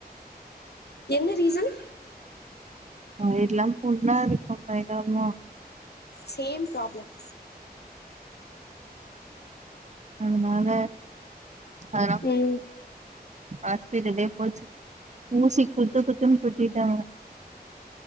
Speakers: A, on the left; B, on the right.
A: என்ன ரீசன்
B: ஹ் எல்லாம் பொண்ணா இருக்கும்ங்க என்னமா
A: சேம் பிராப்ளம்
B: அதனால ஆஹ்
A: ம்
B: அ இரு போச்சு ஊசி குத்து குத்துன் குத்திட்டாங்க